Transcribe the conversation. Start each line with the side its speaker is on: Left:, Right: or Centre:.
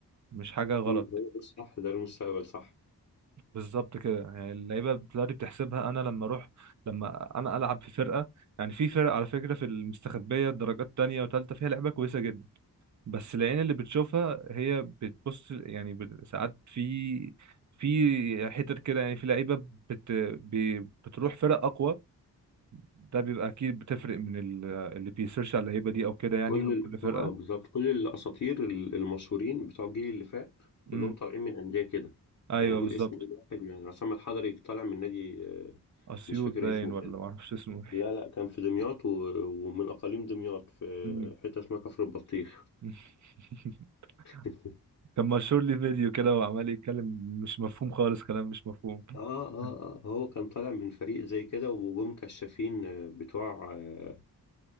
Right: مش حاجه غلط
Left: مم. هو ده الصح ده المستقبل صح
Right: بالظبط كده يعني اللعيبه دلوقتي بتحسبها انا لما اروح لما انا العب في فرقه يعني في فرق على فكره في المستخبيه درجات تانية وتالتة فيها لعيبه كويسه جدا بس العين اللي بتشوفها هي بتبص يعني بت- ساعات في في حتت كده يعني في لعيبه بت بي- بتروح فرق اقوى ده بيبقى اكيد بتفرق من ال- اللي بيسيرش على اللعيبه دي او كده يعني
Left: كل
Right: من
Left: ال...
Right: كل فرقه
Left: اه بالظبط كل الاساطير ال- المشهورين بتوع الجيل اللي فات كلهم
Right: امم
Left: طالعين من انديه كده
Right: ايوه
Left: يعني قول
Right: بالظبط
Left: اسم اي واحد من عصام الحضري طالع من نادي آه،
Right: اسيوط
Left: مش فاكر
Right: باين
Left: اسمه
Right: ولا
Left: كده
Right: ما اعرفش اسمه
Left: لا لا كان في دمياط و... ومن أقاليم دمياط في
Right: امم
Left: حتة اسمها كفر البطيخ
Right: <laughs>
Left: <laughs>
Right: كان مشهور لي فيديو كده وعمال يتكلم مش مفهوم خالص كلام مش مفهوم
Left: آه آه
Right: <laughs>
Left: آه هو كان طالع من فريق زي كده وجم كشافين آه، بتوع آه،